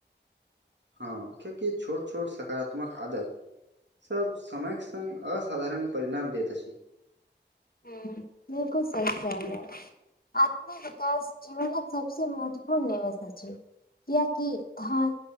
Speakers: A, on the right; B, on the left.
A: हँ कियाकी छोट छोट सकारात्मक आदत सब समय कऽ संग असाधारण परिणाम दैत अछि।
B: हु बिल्कुल सही कहलिय आत्मी विकास जीवन कऽ सबस महत्वपूर्ण निवेशा अछी कियाकी धान